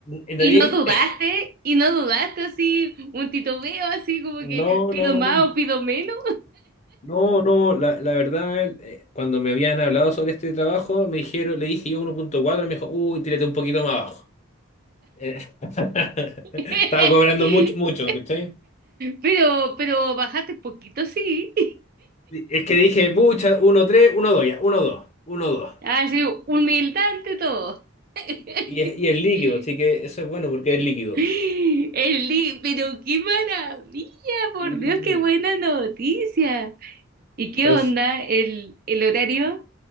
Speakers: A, on the left (about 30°); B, on the right (about 40°).
A: En realidad...
B: Y no dudaste,
A: <laughs>
B: y no dudaste así, un titubeo así como
A: No,
B: que pido
A: no, no,
B: más
A: no.
B: o pido menos.
A: No, no, la, la verdad, eh, cuando me habían hablado sobre este trabajo, me dijeron, le dije yo 1.4, me dijo, uy, tírate un poquito más abajo. Eh, <laughs>
B: <laughs>
A: Estaba cobrando mucho, mucho, ¿cachai?
B: Pero, pero bajaste poquito, sí.
A: Es que dije, pucha, 1.3, 1.2, ya, 1.2, 1.2.
B: Así, humildad ante todo. <laughs>
A: Y, y es, y es líquido, así que eso es bueno porque es líquido.
B: Eli, pero qué maravilla, por
A: Sí.
B: Dios, qué buena noticia. ¿Y qué
A: Entonces,
B: onda el, el horario?